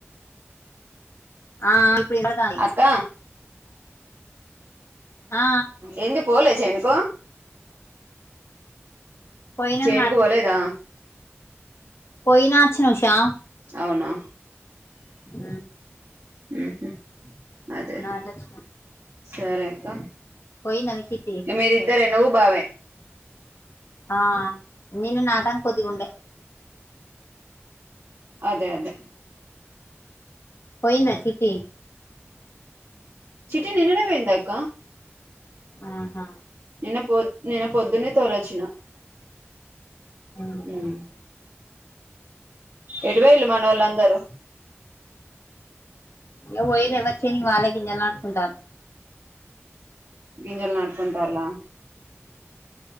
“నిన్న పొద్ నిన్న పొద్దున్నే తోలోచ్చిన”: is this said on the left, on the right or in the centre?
Right